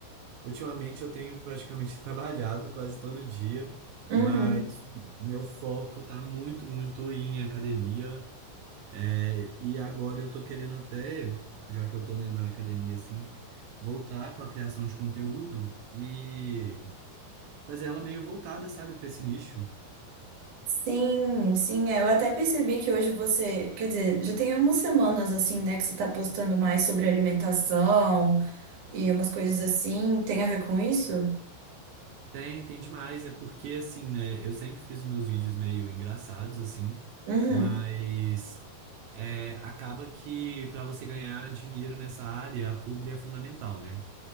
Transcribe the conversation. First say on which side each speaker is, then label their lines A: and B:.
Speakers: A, on the right (about 80°); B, on the right (about 55°).
A: ultimamente eu tenho praticamente <laughs> trabalhado quase todo dia,
B: Uhum.
A: mas o meu foco tá muito, muito em academia. É, E agora eu tô querendo até, já que eu tô, né, na academia, assim, voltar com a criação de conteúdo e fazer ela meio voltada, sabe, pra esse nicho.
B: Sim, sim, é, eu até percebi que hoje você, quer dizer, já tem umas semanas assim, né, que você tá postando mais sobre alimentação e umas coisas assim, tem a ver com isso?
A: Tem, tem demais, é porque, assim, né, eu sempre fiz os meus vídeos meio engraçados, assim,
B: Uhum,
A: mas. é, acaba que para você ganhar dinheiro nessa área, a publi é fundamental, né?